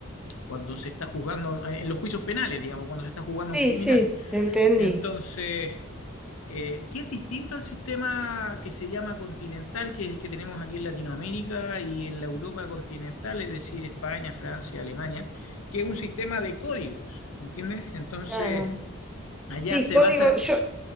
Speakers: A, on the left (about 85°); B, in the centre.
A: cuando se está juzgando, eh, en los juicios penales, digamos, cuando se está juzgando a
B: Sí,
A: un criminal.
B: sí, te entendí.
A: Entonces, eh, que es distinto al sistema que se llama continental, que es el que tenemos aquí en Latinoamérica y en la Europa continental, es decir, España, Francia, Alemania, que es un sistema de códigos, ¿entiendes? Entonces,
B: Claro.
A: allá
B: Sí,
A: se
B: código,
A: basa,
B: yo,